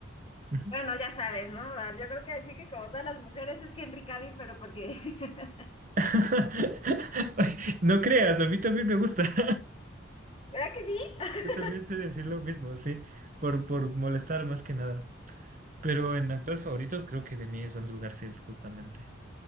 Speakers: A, on the right; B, on the left.
A: Ujú.
B: bueno, ya sabes, ¿no? Ah, Yo creo que decir que como todas las mujeres es Henry Cavill, pero porque... <laughs>
A: <laughs> Ay, No creas, a mí también me gusta. <laughs>
B: ¿Verdad que sí? <laughs>
A: Yo también sé decir lo mismo, sí, por, por molestar más que nada. Pero en actores favoritos creo que de mí es Andrew Garfield, justamente.